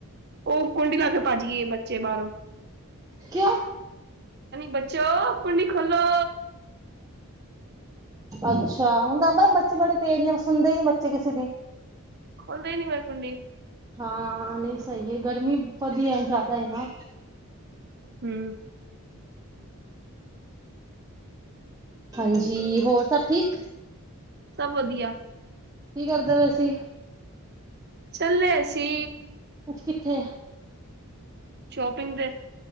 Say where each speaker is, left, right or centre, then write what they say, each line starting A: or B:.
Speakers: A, on the right (about 45°); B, on the right (about 15°).
A: ਉਹ ਕੁੰਡੀ ਲਾ ਕੇ ਭੱਜ ਗਈ ਏ ਬੱਚੇ ਬਾਹਰੋਂ
B: ਕਿਉਂ
A: ਬੱਚੋ ਕੁੰਡੀ ਖੋਲੋ
B: ਅੱਛਾ ਹੁਣ ਤਾਂ ਬੱਚੇ ਬੜੇ ਤੇਜ਼ ਨੇ ਸੁਣਦੇ ਨੀ ਬੱਚੇ ਕਿਸੇ ਦੀ
A: ਖੋਲਦੇ ਨੀ ਬਾਹਰ ਕੁੰਡੀ
B: ਹਾਂ, ਹਾਂ ਨਹੀਂ ਸਹੀ ਏ ਗਰਮੀ ਵਧੀਆ ਜ਼ਿਆਦਾ ਏ ਨਾ
A: ਹੂੰ
B: ਹਾਂਜੀ ਹੋਰ ਸਭ ਠੀਕ
A: ਸਭ ਵਧੀਆ
B: ਕੀ ਕਰਦੇ ਪਏ ਸੀ
A: ਚੱਲੇ ਸੀ
B: ਅੱਜ ਕਿੱਥੇ
A: ਸ਼ੋਪਿੰਗ ਤੇ